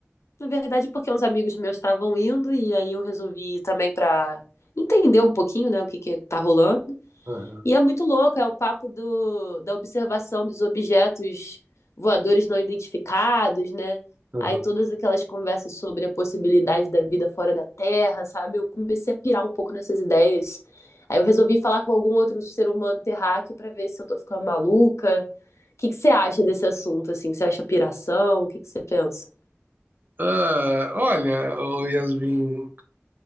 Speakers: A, on the left (about 85°); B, on the right (about 40°).
A: Na verdade, porque uns amigos meus estavam indo, e aí eu resolvi ir também pra entender um pouquinho, né, o que que tá rolando.
B: aham,
A: E é muito louco, é o papo do, da observação dos objetos voadores não identificados, né?
B: aham.
A: Aí todas aquelas conversas sobre a possibilidade da vida fora da Terra, sabe? Eu comecei a pirar um pouco nessas ideias. Aí eu resolvi falar com algum outro ser humano terráqueo para ver se eu tô ficando maluca. O que que você acha desse assunto, assim? Você acha piração? O que que você pensa?
B: Ah, olha, ô Yasmin,